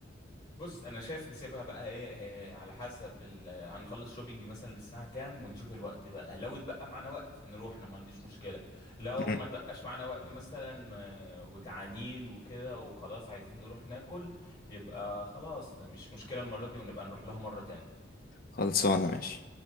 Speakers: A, on the left; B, on the left.
A: بص انا شايف نسيبها بقى ايه إيه، على حسب ال... هنخلص شوبينج مثلا الساعه كام ونشوف الوقت بقى لو اتبقى معانا وقت نروح انا ما عنديش مشكله لو
B: لأ؟
A: ما اتبقاش معانا وقت مثلا آه، وجعانين وكده وخلاص عايزين نروح ناكل يبقى خلاص مش مشكله المره دي ونبقى نروح لها مره تانية
B: خلصانة ماشي